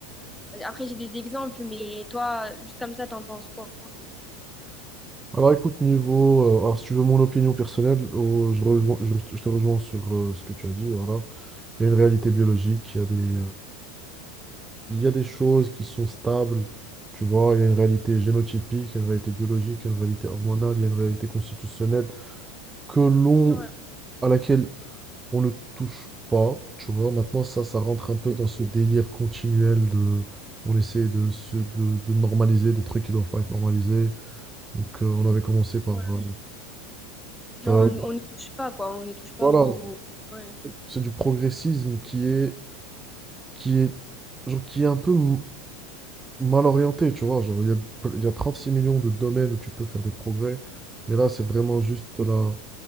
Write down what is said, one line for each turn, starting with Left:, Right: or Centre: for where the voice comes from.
Centre: après j'ai des exemples, mais toi, juste comme ça, t'en penses quoi?
Right: Alors écoute, niveau, euh, alors si tu veux mon opinion personnelle, euh, je, rejoins- je, je te rejoins sur euh, ce que tu as dit, voilà. Il y a une réalité biologique, il y a des, euh, il y a des choses qui sont stables, tu vois, il y a une réalité génotypique, il y a une réalité biologique, il y a une réalité hormonale, il y a une réalité constitutionnelle que l'on
Centre: Ouais.
Right: à laquelle on ne touche pas, tu vois. Maintenant, ça, ça rentre un peu dans ce délire continuel de... On essaie de, se- de, de normaliser des trucs qui doivent pas être normalisés. Donc, euh, on avait commencé par...
Centre: Ouais.
Right: euh,
Centre: Genre,
Right: euh,
Centre: on on n'y touche pas, quoi. On n'y touche pas
Right: voilà,
Centre: au. Ouais.
Right: c'est du progressisme qui est, qui est, genre, qui est un peu m- mal orienté, tu vois. Genre, il y a, il y a 36 millions de domaines où tu peux faire des progrès. Mais là, c'est vraiment juste de la...